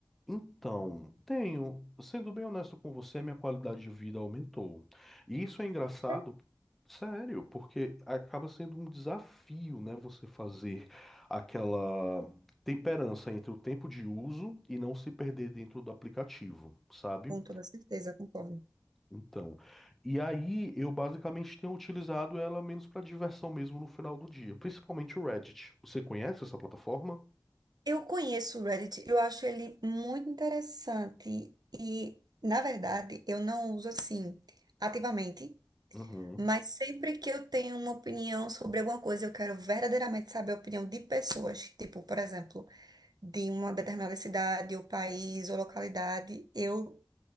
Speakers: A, in the centre; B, on the right.
A: então, tenho, sendo bem honesto com você, minha qualidade de vida aumentou. E isso é engraçado,
B: É,
A: sério, porque acaba sendo um desafio, né, você fazer aquela temperança entre o tempo de uso e não se perder dentro do aplicativo, sabe?
B: Com toda certeza, concordo.
A: Então, e aí eu basicamente tenho utilizado ela menos para diversão mesmo no final do dia, principalmente o Reddit. Você conhece essa plataforma?
B: Eu conheço o Reddit, eu acho ele muito interessante e, na verdade, eu não uso assim ativamente,
A: Uhum,
B: Mas sempre que eu tenho uma opinião sobre alguma coisa, eu quero verdadeiramente saber a opinião de pessoas, tipo, por exemplo, de uma determinada cidade, ou país, ou localidade, eu